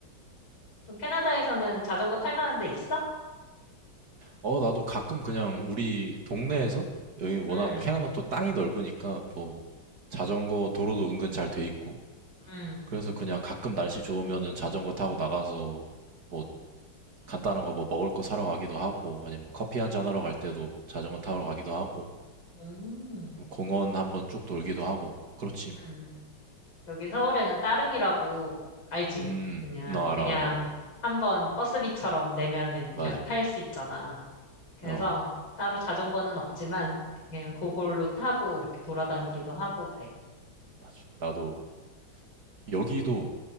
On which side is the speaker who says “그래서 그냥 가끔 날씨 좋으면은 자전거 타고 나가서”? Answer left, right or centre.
Right